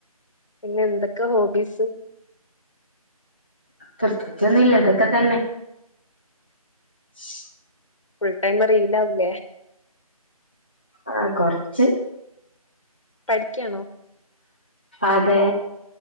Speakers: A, on the left; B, on the left.
A: പിന്നെ എന്തെക്ക ഹോബീസ്
B: പ്രത്യേകിച്ചൊന്നുല്ല ഇതൊക്കെ തന്നെ ച്ച്
A: ഫുൾ ടൈം റീല് ആവുല്ലേ
B: ആഹ് കൊറച്ച്
A: പഠിക്കാണോ
B: അതെ.